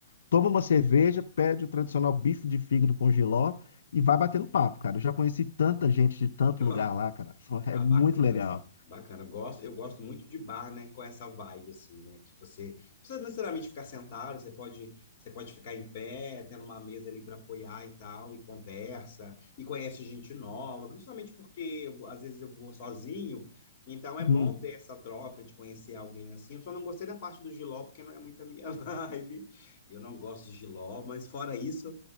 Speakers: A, on the left; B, on the left.
A: toma uma cerveja, pede o tradicional bife de fígado com jiló e vai batendo papo, cara. Eu já conheci tanta gente de tanto
B: <laughs>
A: lugar lá, cara. <laughs> É
B: Ah,
A: muito
B: bacana,
A: legal.
B: assim, bacana. Eu Gosto, eu gosto muito de bar, né, com essa vibe, assim, né, que você não precisa necessariamente ficar sentado, você pode, você pode ficar em pé, tendo uma mesa ali para apoiar e tal, e conversa, e conhece gente nova, principalmente porque eu- às vezes eu vou sozinho, então é
A: Hum.
B: bom ter essa troca de conhecer alguém assim. Eu só não gostei da parte do jiló, porque não é muito a minha <laughs> vibe. Eu não gosto de jiló, mas fora isso,